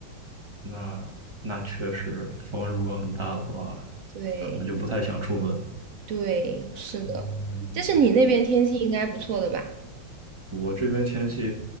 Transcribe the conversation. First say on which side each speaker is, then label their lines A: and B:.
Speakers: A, on the right (about 25°); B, on the right (about 75°).
A: 那那确实，风如果很大的话，
B: 对
A: 可能就不太想出门。
B: 对，是的，
A: 嗯，
B: 但是你那边天气应该不错的吧？
A: 我这边天气，